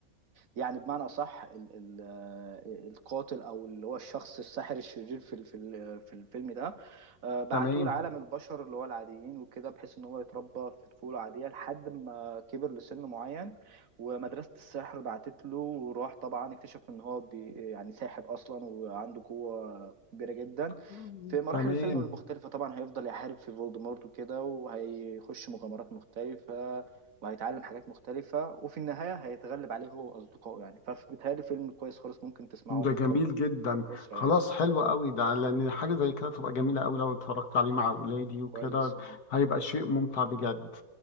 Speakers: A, on the right; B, on the left.
A: يعني بمعنى أصح ال ال آه، القاتل أو اللي هو الشخص الساحر الشرير في ال- في ال- في الفيلم ده آه، بعتوه
B: تمام
A: لعالم البشر اللي هو العاديين وكده بحيث إن هو يتربى في طفولة عادية لحد ما كبر لسن معين ومدرسة السحر بعتت له وراح طبعا اكتشف إن هو بي يعني ساحر أصلا وعنده قوة كبيرة جدا
B: مم.
A: في مراحل
B: تمام
A: الفيلم المختلفة طبعا هيفضل يحارب في فولدمورت وكده وهيخش مغامرات مختلفة وهيتعلم حاجات مختلفة وفي النهاية هيتغلب عليه هو وأصدقائه يعني فبيتهيألي فيلم كويس خالص ممكن تسمعه
B: ده
A: أنت
B: جميل
A: وال-
B: جدا
A: والأسرة
B: خلاص
A: يعني
B: حلو قوي ده لان حاجه زي كده تبقى جميله قوي لو اتفرجت عليه مع اولادي وكده
A: كويس والله
B: هيبقى شيء ممتع بجد